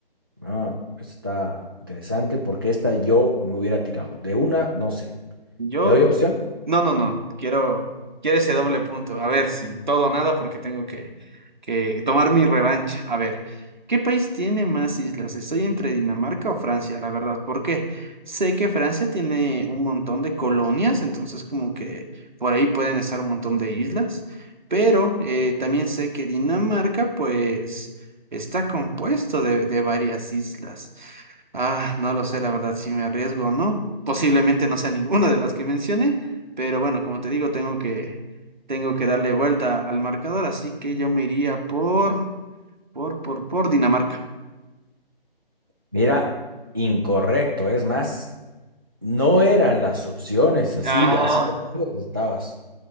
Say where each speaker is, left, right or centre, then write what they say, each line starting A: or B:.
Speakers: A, on the right; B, on the right.
A: Ah, esto está interesante porque esta yo me hubiera tirado. De una, no sé.
B: Yo
A: ¿Te doy opción?
B: No, no, no. Quiero, quiero ese doble punto. A ver si todo o nada, porque tengo que, que tomar mi revancha. A ver, ¿qué país tiene más islas? Estoy entre Dinamarca o Francia, la verdad. ¿Por qué? Sé que Francia tiene un montón de colonias, entonces como que por ahí pueden estar un montón de islas. Pero eh, también sé que Dinamarca, pues, está compuesto de, de varias islas. Ah, no lo sé, la verdad, si me arriesgo o no. Posiblemente no sea ninguna de las que mencioné, pero bueno, como te digo, tengo que, tengo que darle vuelta al marcador, así que yo me iría por, por, por, por Dinamarca.
A: Mira, incorrecto. Es más, no eran las opciones. Así,
B: Ah,
A: de- así de lejos estabas.